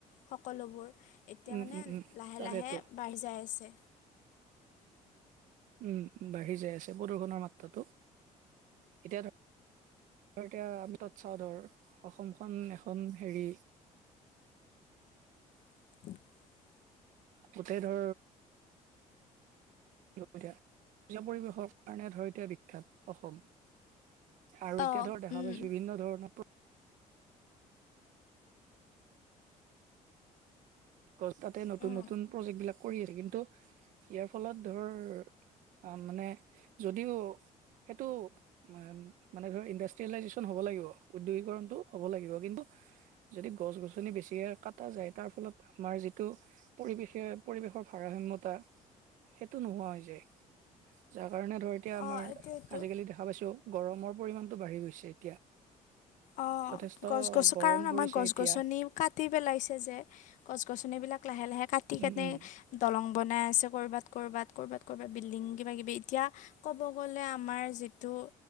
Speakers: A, on the left; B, on the right.
A: সকলোবোৰ এতিয়া
B: উম
A: মানে
B: উম উম
A: লাহে
B: তাকেতো
A: লাহে বাঢ়ি যাই আছে।
B: উম বাঢ়ি যাই আছে প্ৰদূষণৰ মাত্ৰাটো। এতিয়া ধৰ এতিয়া আমি তাত চাওঁ ধৰ অসমখন এখন হেৰি
A: <unintelligible>
B: গোটেই ধৰ পূজা পৰিৱেশৰ কাৰণে ধৰ এতিয়া বিখ্যাত অসম আৰু এতিয়া
A: অঁ
B: ধৰ দেখা পাইছো বিভিন্ন ধৰণৰ গছ কাতে নতুন
A: উম
B: নতুন প্ৰজেক্ট বিলাক কৰি আছে কিন্তু ইয়াৰ ফলত ধৰ আহ মানে যদিও সেইটো মানে ধৰ ইণ্ডাষ্ট্ৰিয়েলাইজেচন হব লাগিব উদ্যোগীকৰণটো হ'ব লাগিব কিন্তু যদি গছ গছনি বেছি হয় কাটা যায় তাৰ ফলত আমাৰ যিটো পৰিৱেশে পৰিৱেশৰ ভাৰসাম্যতা সেইটো নোহোৱা হৈ যায়। যাৰ কাৰণে ধৰ এতিয়া আমাৰ
A: অ এইটোৱেইটো
B: আজিকালি দে দেখা পাইছো গৰমৰ পৰিমাণটো বাঢ়ি গৈছে এতিয়া।
A: অঁ
B: যথেষ্ট
A: গছ গছৰ
B: গৰম
A: কাৰণ আমাৰ
B: পৰিছে
A: গছ
B: এতিয়া
A: গছনি কা কাটি পেলাইছে যে গছ গছনিবিলাক লাহে লাহে কাটি
B: উম
A: কেনে
B: উম
A: দলং বনাই আছে ক'ৰবাত ক'ৰবাত ক'ৰবাত ক'ৰবাত বিল্ডিং কিব কিবি এতিয়া ক'ব গ'লে আমাৰ যিটো